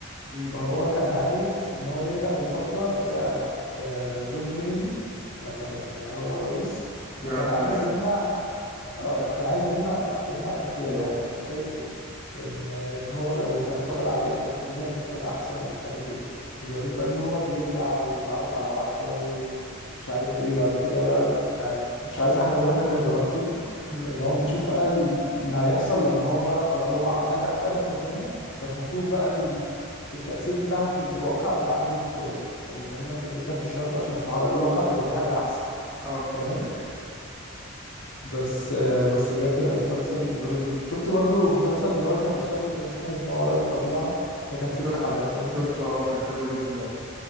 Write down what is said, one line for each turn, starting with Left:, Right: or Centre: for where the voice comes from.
Right: مم.
Left: فهو كان عايز ان هو يرجع للفتره بتاعه آه، جون كينيدي لما كان هو الرئيس
Right: ويعرف
Left: وكان عايز
Right: مين اللي قتل
Left: يمنع آه، كان عايز يمنع يمنع اغتياله
Right: في-
Left: عشان كان شايف ايه ان ان هو لو كان فضل عايش كانت الدنيا هتفضل احسن ومش عارف ايه فبيوريك بقى ان هو بيرجع ويتعرف على واحده و- ومش عارف ايه بعد كده بقى يعني مش عايز احرقه لك عشان لو هتشوفه
Right: مم.
Left: ان هو بتشوف بقى ال- اللي هيحصل لما هو بقى خلاص هو نجح فعلا في المهمه بس هتشوف بقى التأثير بتاعها في الواقع بقى عامل ازاي فبيفهمك ان انت مش شرط عشان تغير الواقع تبقى دي حاجة احسن
Right: اه فهمت
Left: فاهم
Right: الفكرة
Left: بس آه، بس بجد مسلسل رهيب شفت برضو مسلسل اللي هو اللي كان قصير اللي كان اسمه ما وراء الطبيعة ده كان ست
Right: شفت
Left: حلقات برضو
Right: شفته اه كان حلو جدا برضه